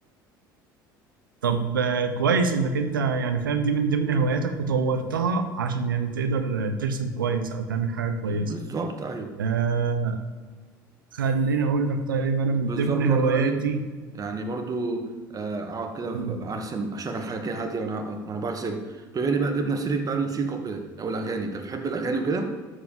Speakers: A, on the right; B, on the right.
A: طب آه، كويس انك انت يعني فاهم دي من ضمن هواياتك وطورتها عشان يعني تقدر آه، ترسم كويس او تعمل حاجة كويسة
B: بالظبط ايوه
A: آه خليني اقول لك طيب انا من
B: بالظبط
A: ضمن
B: برضه
A: هواياتي
B: انا ايه يعني برضو آه، اقعد كده
A: مم،
B: ارسم اشغل حاجه كده هاديه وانا وانا برسم بما اني بقى جبنا سيره بقى الموسيقى وكده او الاغاني انت بتحب الاغاني وكده